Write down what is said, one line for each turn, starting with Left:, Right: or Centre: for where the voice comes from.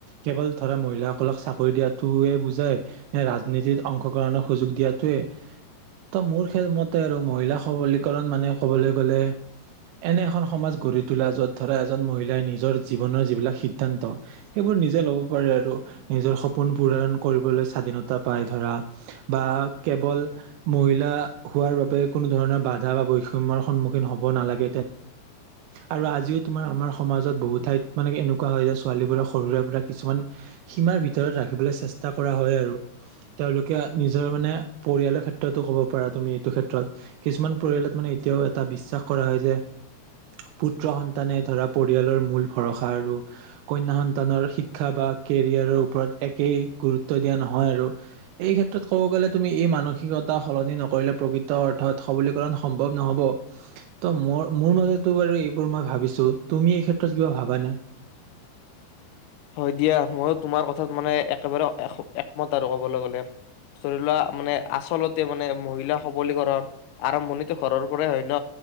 Right: কেৱল ধৰা মহিলাসকলক চাকৰি দিয়াটোৱে বুজাই? নে ৰাজনীতিত অংশগ্ৰহণৰ সুযোগ দিয়াটোৱে ত' মোৰ ক্ষেত্ৰ, মতে আৰু মহিলা সবলীকৰণ মানে কবলৈ গ'লে এনে এখন সমাজ গঢ়ি তোলা, য'ত ধৰা এজন মহিলাই নিজৰ জীৱনৰ যিবিলাক সিদ্ধান্ত, সেইবোৰ নিজে ল'ব পাৰে আৰু নিজৰ সপোন পূৰণ কৰিবলৈ স্বাধীনতা পায় ধৰা, বা কেৱল মহিলা হোৱাৰ বাবে কোনো ধৰণৰ বাধা বা বৈষম্যৰ সন্মুখীন হ'ব নালাগে, তে আৰু আজিও তোমাৰ আমাৰ সমাজত বহুত ঠাইত মানে এনেকুৱা হয় যে ছোৱালীবোৰ সৰু সুৰা পৰা কিছুমান সীমাৰ ভিতৰত ৰাখিবলৈ চেষ্টা কৰা হয় আৰু তেওঁলোকে নিজৰ মানে পৰিয়ালৰ ক্ষেত্ৰতো ক'ব পাৰা তুমি এইটো ক্ষেত্ৰত, কিছুমান পৰিয়ালত মানে এতিয়াও এটা বিশ্বাস কৰা হয় যে পুত্ৰ সন্তানে ধৰা পৰিয়ালৰ মূল ভৰসা আৰু কন্যা সন্তানৰ শিক্ষা বা কেৰিয়াৰৰ ওপৰত একেই গুৰুত্ব দিয়া নহয় আৰু এই ক্ষেত্ৰত ক'ব গ'লে তুমি এই মানসিকতা সলনি নকৰিলে প্ৰকৃত অৰ্থত সবলীকৰণ সম্ভৱ নহ'ব, ত ম মোৰ মতেতো বাৰু এইবোৰ মই ভাবিছো, তুমি এই ক্ষেত্ৰত কিবা ভাবানে?
Left: হয় দিয়া, ময়ো তোমাৰ কথাত মানে একেবাৰে একমত আৰু কবলৈ গ'লে ধৰি লোৱা, মানে আচলতে মানে মহিলা সবলীকৰণ আৰম্ভণিতো ঘৰৰ পৰাই হয় ন,